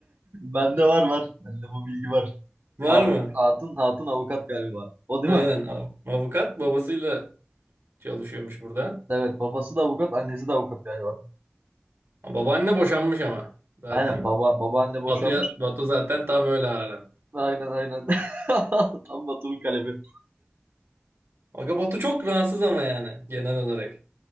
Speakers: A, on the right; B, on the right.
A: Bende var var. Bende bu bilgi var.
B: <laughs> Var
A: Ka-
B: mı?
A: Hatun Hatun avukat galiba. O değil
B: Aynen.
A: mi?
B: av- Avukat babasıyla çalışıyormuş burada.
A: Evet babası da avukat, annesi de avukat galiba.
B: Babaanne boşanmış ama zaten.
A: Aynen baba babaanne boşanmış.
B: Batu'ya, Batu zaten tam öyle arar.
A: Aynen aynen. <laughs> Tam Batu'nun kalemi.
B: Aga Batu çok rahatsız ama yani genel olarak.